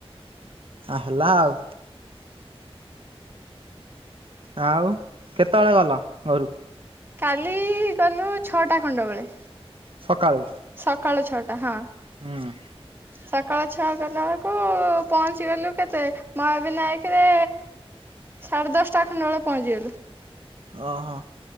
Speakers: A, on the right; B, on the right.
A: ଆ ହେଲା ଆଉ। ଆଉ କେତେବେଳେ ଗଲ ଘରୁ
B: କାଲି ଗଲୁ ଛଅଟା ଖଣ୍ଡ ବେଳେ।
A: ସକାଳୁ
B: ସକାଳ ଛଅଟା ହଁ
A: ହୁଁ
B: ସକାଳ ଛଅ ଗଲ। କୁ ପହଞ୍ଚି ଗଲୁ କେତେ ମହାବିିନାୟକରେ ସାଢ଼େ ଦଶଟା ଖଣ୍ଡ ବେଳେ ପହଞ୍ଚିଗଲୁ।
A: ଓ ହଁ